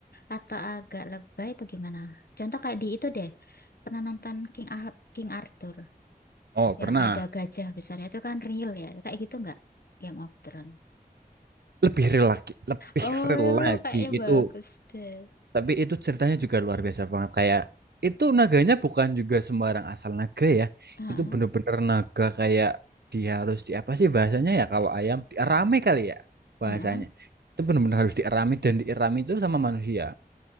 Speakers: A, on the left; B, on the right.
A: atau agak lebay atau gimana? Contoh kayak di itu deh, pernah nonton King, Ah- King Arthur,
B: oh pernah
A: yang ada gajah besarnya itu kan real ya, kayak gitu nggak? Game of Thrones.
B: lebih real lagi lebih
A: Oh,
B: real lagi
A: kayaknya
B: itu
A: bagus deh.
B: Tapi itu ceritanya juga luar biasa banget. Kayak itu naganya bukan juga sembarang asal naga ya.
A: Ah,
B: Itu bener-bener naga kayak dia harus di apa sih bahasanya ya kalau ayam dierami kali ya bahasanya.
A: ah, ah.
B: Itu bener-bener harus dierami dan dierami itu sama manusia.